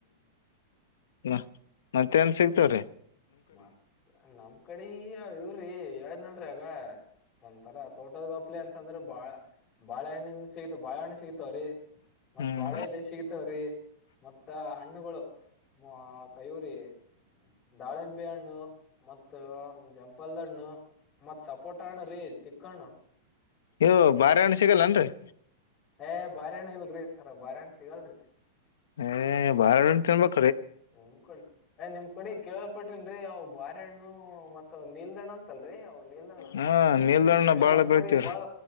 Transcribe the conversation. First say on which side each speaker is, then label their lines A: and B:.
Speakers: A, on the left; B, on the left.
A: ಅ ಮತ್ತೆ ನ್ ಸಿಗ್ತವ್ರೀ
B: ಮತ್ತ್ ನಮ್ ಕಡೆ ಇವ್ರಿ ಏಳ್ನಲ್ರಿ ಅಗ ಒಂಥರ ತೋಟದ ಗಪ್ಲಿ ಅಂತಂದ್ರ ಬಾಳ ಬಾಳೆಹಣ್ಣಿಂದ ಸಿಗತ ಬಾಳೆಹಣ್ಣು ಸಿಗತಾವ್ರೀ ಮತ್ತ್
A: ಹ್ಮ್
B: ಬಾಳೆ ಎೆಯಲ್ಲಿ ಸಿಗತವ್ರಿ ಮತ್ತ ಹಣ್ಣುಗಳು ಮ ಕಯುರಿ ದಾಳಿಂಬೆ ಹಣ್ಣು ಮತ್ತು ಜಂಪಲ್ದ ಹಣ್ಣು ಮತ್ ಸಪೋಟ ಅಣ್ಣ ರೀ ಚಿಕ್ಕಣ್ಣ
A: ಯ ಬಾರೆಹಣ್ಣ ಸಿಗಲ್ಲನ್ರರಿ.
B: ಏ ಬಾರೆಹಣ್ಣು ಇಲ್ರರಿ ಸರ್ ಬಾರೆಹಣ್ಣ್ ಸಿಗಲ್ರಿ.
A: ಏ ಬಾರೆಹಣ್ ತಿನ್ಬೇಕ್.
B: ನಿಮ್ ಕಡೆ ಏ ನಿಮ್ ಕಡಿ ಕೇಳಲ್ಪಟನ್ರೀ ಅವು ಬಾರಿ. ಣ್ಣ ಮ ನಿಲ್ದಾಣ ಅಂತಲ್ರರಿ ನಿಲ್ದಾಣ
A: ಹಾ ನೀಲ್ದಣ್ಣ
B: ಏ
A: ಬಾಳ
B: ನಮ್
A: ಬೆಳಿತೀವ್ರಿ
B: ಕಡೆ ಬಾಳ